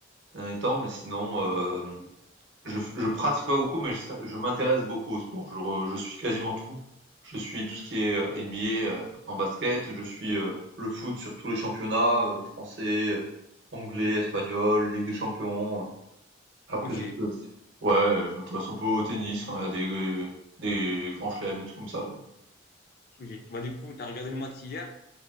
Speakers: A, on the right; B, on the left.
A: ces derniers temps. Mais sinon, hem, je f je pratique pas beaucoup, mais je ça je m'intéresse beaucoup au sport. Je re je suis quasiment tout. Je suis tout ce qui est, heu, NBA, heu, en basket, je suis, heu, le foot sur tous les championnats, heu, français, heu, anglais, espagnol, Ligue des champions, après
B: Ok.
A: je suis aussi ouais, heu, je m'intéresse un peu au tennis quand il y a des euh, des grands chelems, des trucs comme ça quoi.
B: Ok. Bah, du coup, t'as regardé le match hier?